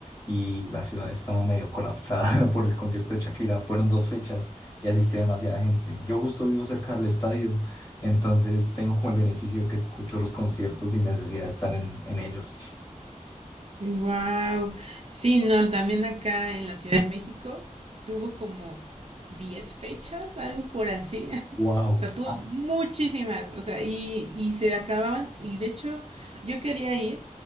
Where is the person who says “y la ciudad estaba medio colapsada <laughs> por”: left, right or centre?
Left